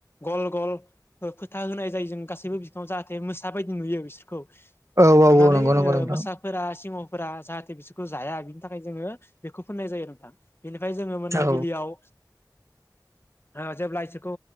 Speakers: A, on the left (about 30°); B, on the right (about 40°).
A: गल गल फो-फोथा होनाय जायो जों गासैबो बिफाङाव जाहाथे मोसा बायदि नुयो बिसोरखौ
B: औ
A: नुनानै
B: औ नंगौ नंगौ
A: ओ
B: नोंथां
A: मोसाफोरा सिह' फोरा जाहाथे बिसोरखौ जाया बिनि थाखाय जोङो बेखौ फोननाय जायो नोंथां। बेनिफाय जोंङो मोनाबिलियाव
B: औ
A: ओ जेब्ला इसोरखौ